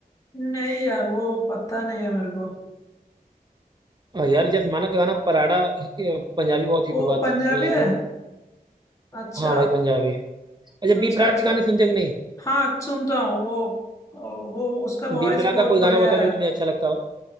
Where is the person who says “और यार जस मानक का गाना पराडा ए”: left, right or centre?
Right